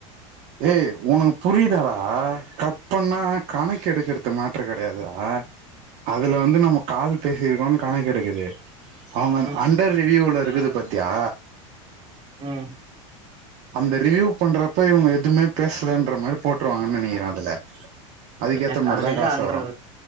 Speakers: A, on the right (about 50°); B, on the right (about 35°).
A: ஏய் உனக்கு புரியுதாடா கட் பண்ணா கணக்கு எடுக்கற்து மேட்ரு கெடையாதுடா அதுல வந்து நம்ம கால் பேசிருக்கோனு கணக்கெடுக்குது அவுங்கன்
B: ம்
A: அண்டர் ரிவியூல இருக்குது பாத்தியா
B: ம்
A: அந்த ரிவியூ பண்றப்ப இவ்ங்க எது துமே பேசலன்ற‌ மாரி போட்ருவாங்கன் நெனைகிறே அதுல அதுக்கேத்த
B: எனக்
A: மாரிதா
B: அதுல எங்க
A: காசு
B: அண்ட்ரு
A: வரு